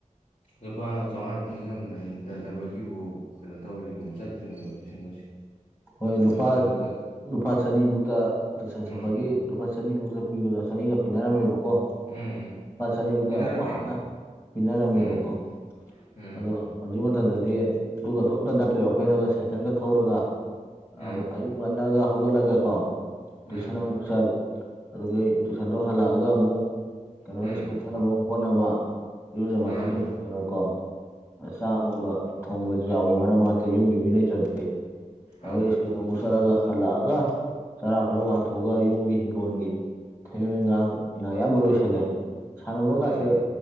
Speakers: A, on the left; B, on the left.
A: ꯂꯨꯄꯥ ꯆꯥꯎꯉꯥ ꯊꯤ <unintelligible> ꯀꯩꯅꯣ ꯇꯧꯔꯤꯝꯅꯦꯕ ꯆꯠꯇ꯭ꯔꯤꯝꯅꯦꯕ ꯇꯨꯏꯁꯟꯒꯁꯦ
B: ꯍꯣꯏ ꯂꯨꯄꯥ
A: ꯃꯇꯝꯗꯨꯗ
B: ꯂꯨꯄꯥ ꯆꯅꯤ ꯃꯨꯛꯇꯥ ꯇꯨꯏꯁꯟ
A: ꯎꯝ
B: ꯆꯠꯄꯒꯤ ꯂꯨꯄꯥ ꯆꯅꯤꯐꯧꯗ ꯄꯤꯕꯒꯥ ꯆꯅꯤꯒꯥ ꯄꯤꯅꯥꯔꯝꯃꯦꯕꯀꯣ
A: ꯎꯝ ꯎꯝ
B: ꯂꯨꯄꯥ ꯆꯅꯤꯕꯧꯇ
A: ꯄꯤꯅꯔꯝꯃꯦ
B: ꯌꯥꯝ ꯋꯥꯅ ꯄꯤꯅꯔꯝꯃꯦꯕꯀꯣ
A: ꯎꯝ ꯎꯝ
B: ꯑꯗꯣ ꯍꯧꯖꯤꯛ ꯃꯇꯝꯗꯗꯤ ꯑꯗꯨꯒꯗꯣ ꯑꯝꯇꯥ ꯅꯠꯇ꯭ꯔꯦꯕꯥ ꯑꯩꯈꯣꯏꯅꯒ ꯁꯥꯏꯀꯟꯒ ꯊꯧꯔꯒ
A: ꯎꯝ
B: ꯑꯥ ꯑꯌꯨꯛ ꯉꯟꯅꯒ ꯍꯧꯒꯠꯂꯒꯀꯣ
A: ꯎꯝ
B: ꯇꯨꯏꯁꯟ ꯑꯃꯨꯛ ꯆꯠ ꯑꯗꯨꯒꯤ ꯇꯨꯏꯁꯟꯗꯣ ꯍꯜꯂꯛꯑꯒ ꯑꯃꯨꯛ ꯀꯩꯅꯣ
A: ꯎꯝ
B: ꯁ꯭ꯀꯨꯜ ꯆꯠꯅꯕ ꯑꯃꯨꯛ ꯍꯣꯠꯅꯕ ꯏꯔꯨꯖꯥ ꯃꯥꯏꯊꯖꯥ
A: ꯃꯥꯅꯤ
B: ꯑꯗꯨꯒ ꯀꯣ ꯆꯥꯛ ꯅꯨꯡꯒ ꯊꯣꯡꯕꯁꯨ ꯌꯥꯎꯋꯦ ꯃꯔꯛ ꯃꯔꯛꯇ ꯌꯨꯝꯒꯤ ꯃꯤ ꯂꯩꯇ꯭ꯔꯗꯤ ꯑꯗꯨ
A: ꯑꯧ
B: ꯁ꯭ꯀꯨꯜ ꯑꯃꯨꯛ ꯆꯠꯂꯒ ꯍꯜꯂꯛꯑꯒ ꯆꯔꯥ ꯈꯔ ꯋꯥꯟꯊꯣꯛꯑꯒ ꯌꯨꯝꯒꯤ ꯍꯤꯡꯒꯣꯜꯒꯤ ꯊꯕꯛ ꯏꯟꯒꯥꯡꯅ ꯑꯌꯥꯝꯕ ꯂꯣꯏꯁꯤꯜꯂꯦ ꯁꯥꯟꯅꯕꯒꯥꯁꯦ
A: ꯎꯝ